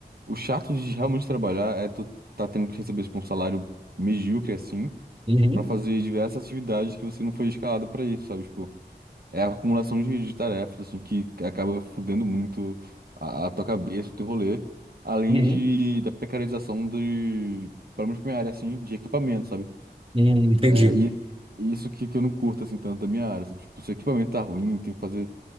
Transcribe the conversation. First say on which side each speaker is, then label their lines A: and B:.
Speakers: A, on the right (about 65°); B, on the right (about 35°).
A: o chato de realmente trabalhar é tu tá tendo que receber, tipo, um salário medíocre, assim,
B: Uhum,
A: pra fazer diversas atividades que você não foi escalado pra isso, sabe? Tipo, é a acumulação de, de tarefas, assim, que acaba fudendo muito a, a tua cabeça, o teu rolê, além
B: uhum,
A: de, da precarização de, pelo menos pra minha área, assim, de equipamento, sabe?
B: uhum, entendi.
A: É, e isso que, que eu não curto, assim, tanto da minha área, sabe? Tipo, se o equipamento tá ruim, tem que fazer